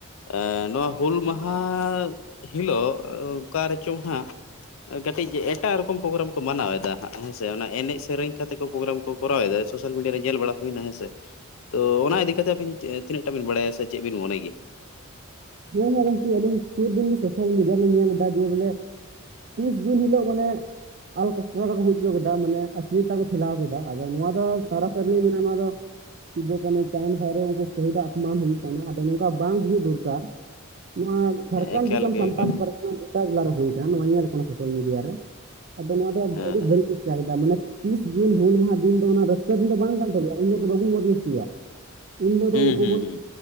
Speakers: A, on the left (about 70°); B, on the right (about 45°).
A: ᱮᱸ ᱱᱚᱣᱟ ᱦᱩᱞ ᱢᱟᱦᱟ ᱦᱤᱞᱚᱜ ᱚᱠᱟ ᱨᱮᱪᱚᱝ ᱦᱟᱸᱜ ᱠᱟᱹᱴᱤᱡ ᱮᱴᱟᱜ ᱨᱚᱠᱚᱢ ᱯᱚᱜᱚᱨᱟᱢ ᱠᱚ ᱢᱟᱱᱟᱣ ᱮᱫᱟ ᱦᱟᱸᱜ ᱦᱮᱸᱥᱮ ᱚᱱᱟ ᱮᱱᱮᱡ, ᱥᱮᱨᱮᱧ ᱠᱟᱛᱮ ᱠᱚ ᱯᱳᱜᱚᱨᱟᱢ ᱠᱚᱨᱟᱣ ᱮᱫᱟ, ᱥᱳᱥᱟᱞ ᱢᱤᱰᱤᱭᱟ ᱨᱮ ᱧᱮᱞ ᱵᱟᱲᱟ ᱦᱩᱭᱱᱟ ᱦᱮᱸ ᱥᱮ᱾ ᱛᱚ ᱚᱱᱟ ᱤᱫᱤ ᱠᱟᱛᱮ ᱟᱵᱤᱱ ᱛᱤᱱᱟᱹᱜ ᱴᱟᱜ ᱵᱤᱱ ᱵᱟᱲᱟᱭᱟ ᱥᱮ ᱪᱮᱫ ᱵᱤᱱ ᱢᱚᱱᱮ ᱜᱮᱭᱟ?
B: ᱦᱮᱸ ᱢᱟ ᱜᱚᱝᱠᱮ ᱟᱞᱤᱧ ᱥᱩᱨᱫᱤᱱ ᱜᱮ ᱥᱳᱥᱟᱞ ᱢᱤᱰᱤᱭᱟ ᱨᱮᱞᱤᱧ ᱧᱮᱞ ᱮᱫᱟ ᱡᱮ ᱵᱚᱞᱮ ᱛᱤᱥ ᱡᱩᱱ ᱦᱤᱞᱚᱜ ᱢᱟᱱᱮ ᱟᱞᱠᱟᱹᱥᱴᱨᱟ ᱫᱚ ᱠᱚ ᱦᱩᱭ ᱦᱚᱪᱚ ᱠᱮᱫᱟ ᱢᱟᱱᱮ ᱟᱥᱨᱤᱛᱟ ᱠᱚ ᱯᱷᱮᱞᱟᱣ ᱠᱮᱫᱟ, ᱟᱫᱚ ᱱᱚᱣᱟ ᱫᱚ ᱥᱟᱨᱟ ᱥᱟᱹᱨᱞᱤ ᱢᱮᱱᱟ ᱱᱚᱣᱟ ᱫᱚ ᱥᱤᱫᱩ, ᱠᱟᱹᱦᱩ ᱪᱟᱸᱫᱽ, ᱵᱷᱟᱭᱨᱳ ᱩᱱᱠᱩ ᱥᱟᱹᱦᱤᱫ ᱫᱟᱜ ᱟᱯᱢᱟᱱ ᱦᱩᱭᱩᱜ ᱠᱟᱱᱟ ᱟᱫᱚ ᱱᱚᱝᱠᱟ ᱵᱟᱝ ᱦᱩᱭᱩᱜ ᱫᱚᱨᱠᱟᱨ᱾ ᱱᱚᱣᱟ ᱡᱷᱟᱲᱠᱷᱚᱸᱰ
A: ᱮᱠᱟᱞ
B: ᱫᱤᱥᱚᱢ
A: ᱜᱮ
B: ᱥᱟᱱᱛᱟᱞ
A: ᱮᱠᱟᱞ
B: ᱯᱟᱨᱜᱟᱱᱟ ᱜᱚᱴᱟ ᱡᱮᱞᱟ ᱨᱮ ᱦᱩᱭ ᱟᱠᱟᱱᱟ ᱱᱚᱣᱟ ᱧᱮᱞ ᱟᱠᱟᱱᱟ ᱥᱳᱥᱟᱞ ᱢᱤᱰᱤᱭᱟ ᱨᱮ᱾ ᱟᱫᱚ ᱱᱚᱣᱟ ᱫᱚ
A: ᱦᱮᱸ
B: ᱟᱹᱰᱤ
A: ᱦᱮᱸ
B: ᱵᱟᱹᱲᱤᱡ ᱠᱚ ᱠᱚᱨᱟᱣ ᱠᱮᱫᱟ ᱢᱟᱱᱮ ᱛᱤᱨᱤᱥ ᱡᱩᱱ ᱦᱩᱞ ᱢᱟᱦᱟ ᱫᱤᱱ ᱚᱱᱟ ᱨᱟᱹᱥᱠᱟᱹ ᱫᱤᱱ ᱫᱚ ᱵᱟᱝ ᱠᱟᱱ ᱛᱟᱵᱚᱱᱟ ᱩᱱ ᱦᱤᱞᱚᱜ ᱫᱚ ᱵᱟᱵᱚᱱ ᱢᱚᱸᱡᱽ ᱢᱚᱥᱛᱤᱭᱟ ᱤᱱ ᱦᱤᱞᱚᱜ
A: ᱦᱩᱸ
B: ᱫᱚ ᱩᱱᱠᱩ
A: ᱦᱩᱸ
B: ᱵᱚᱱ
A: ᱦᱩᱸ